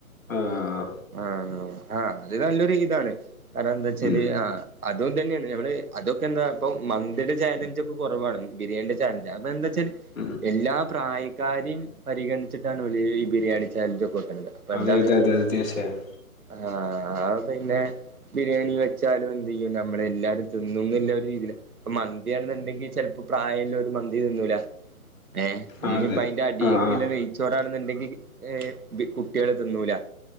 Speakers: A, on the left; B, on the right.
A: ആഹ്
B: ആഹ് ആഹ് ആഹ് അത് നല്ലൊരു ഇതാണ്. കാരണം എന്താ വെച്ചാല്
A: ഉം
B: ആഹ് അതും ഇതന്നെയാണ് ഞമ്മള് അതൊ എന്താ ഇപ്പോ മന്തിലി ചാലഞ്ച് ഒക്കെ കൊറവാണ്. ബിരിയാണിൻ്റ ചാലഞ്ച് അപ്പ എന്താ വെച്ചാല്
A: <unintelligible>
B: എല്ലാ പ്രായക്കാരെയും പരിഗണിച്ചിട്ടാണ് ഇവല് ഈ ബിരിയാണി ചാലഞ്ച് ഒക്കെ വെക്കണ്ടത് പ്പ
A: അതെ
B: എന്താണ്
A: അതെ അതെ അതെ തീർച്ചയായും
B: ആഹ് പിന്നെ. ബിരിയാണി വെച്ചാലും എന്ത് ചെയ്യും നമ്മളെ എല്ലാരും തിന്നും ഇള്ളേ ഒരു രീതിലാ. ഇപ്പ മന്തിയാണെന്നുണ്ടെങ്കിൽ ചിലപ്പോ പ്രായള്ളോ മന്തി തിന്നൂല ഏ
A: ആ
B: ഇനിയിപ്പ
A: അതെ
B: അതിന്റെ അടി
A: ആ ആ
B: പിന്നെ നെയ്യ്ച്ചോറാണെന്നുണ്ടെങ്കിൽ ഹേ ബി കുട്ട്യള് തിന്നൂല.